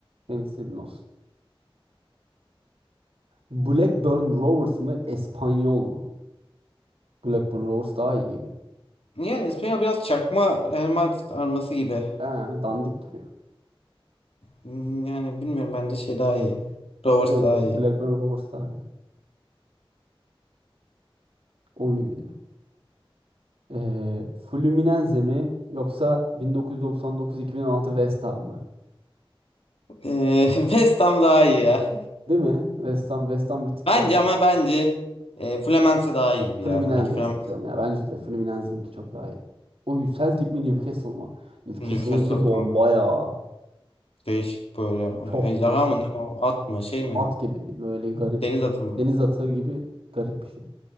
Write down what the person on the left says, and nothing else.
Yani İspanyol biraz çakma Real Madrid arması gibi.
Hmm, Yani bilmiyorum bence şey daha iyi. Rovers
daha iyi.
Ee, <laughs> West Ham daha iyi ya.
Bence
ama
bence e, Fluminense daha iyi gibi
ya. Sanki Fluminense
Newcastle
kanka.
Değişik böyle.
Ay, Ejderha
mı ne o? At mı? Şey mi?
Deniz atı mı?